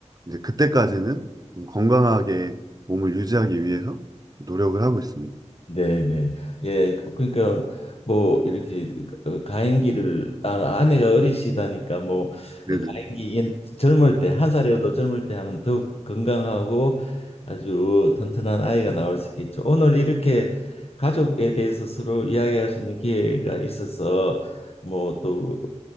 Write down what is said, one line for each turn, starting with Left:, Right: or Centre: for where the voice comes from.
Right: 이제 그때까지는 좀 건강하게 몸을 유지하기 위해서 노력을 하고 있습니다.
Left: 네네. 예, 그- 그러니까 뭐 이렇게 그 가임기를 아, 아내가 어리시다니까 뭐
Right: 네네.
Left: 가임기 옛- 젊을 때 한 살이라도 젊을 때 하면 더욱 건강하고 아주 튼튼한 아이가 나올 수 있겠죠. 오늘 이렇게 가족에 대해서 서로 이야기할 수 있는 기회가 있어서 뭐 또